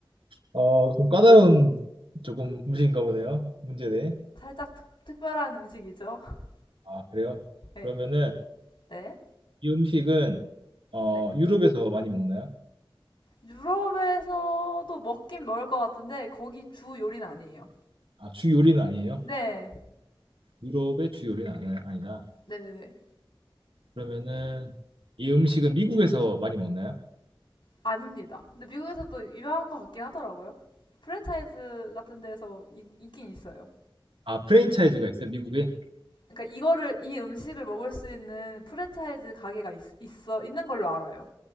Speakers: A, on the right; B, on the left.
A: 어, 좀 까다로운 조금 음식인가 보네요. 문제네.
B: 살짝 특, 특별한 음식이죠? <laughs>
A: 아, 그래요?
B: 네,
A: 그러면은
B: 네,
A: 이 음식은 어,
B: 네.
A: 유럽에서 많이 먹나요?
B: 유럽에서도 먹긴 먹을 것 같은데 거기 주 요리는 아니에요.
A: 아, 주 요리는 아니에요?
B: 네,
A: 유럽의 주 요리는 아니- 아니다.
B: 네네네.
A: 그러면은 이 음식은 미국에서 많이 먹나요?
B: 아닙니다. 근데 미국에서도 유명한 것 같긴 하더라고요. 프랜차이즈 같은 데서 있, 있긴 있어요.
A: 아, 프랜차이즈가 있어요, 미국에?
B: 그러니까 이거를 이 음식을 먹을 수 있는 프랜차이즈 가게가 있, 있어 있는 걸로 알아요.